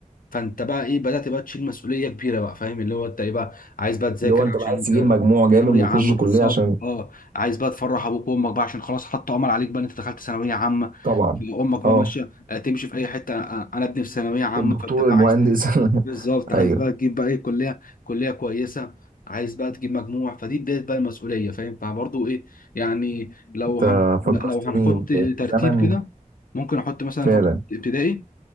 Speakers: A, on the left; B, on the right.
A: فانت بقى ايه بدات بقى تشيل مسؤوليه كبيره بقى فاهم اللي هو انت ايه بقى عايز بقى تذاكر
B: اللي هو انت
A: عشان
B: بقى عايز
A: انت
B: تجيب مجموع جامد
A: ثانويه
B: وتخش
A: عامه
B: كليه
A: بالظبط
B: عشان
A: اه عايز بقى تفرح ابوك وامك بقى عشان خلاص حطوا امل عليك بقى ان انت دخلت ثانويه عامه
B: طبعا
A: امك بقى
B: اه
A: ماشيه آه، تمشي في اي حته آه، انا ابني في ثانويه عامه
B: الدكتور
A: فانت بقى
B: المهندس
A: عايز تجيب
B: <laughs>
A: بالظبط عايز
B: ايوه
A: بقى تجيب بقى ايه كليه كليه كويسه عايز بقى تجيب مجموع فدي بدايه بقى المسؤوليه فاهم فبرضه ايه يعني لو
B: انت
A: هن...
B: مم. فكرتني
A: لو هنحط
B: بزمن
A: ترتيب كده ممكن احط مثلا
B: فعلا
A: فتره ابتدائي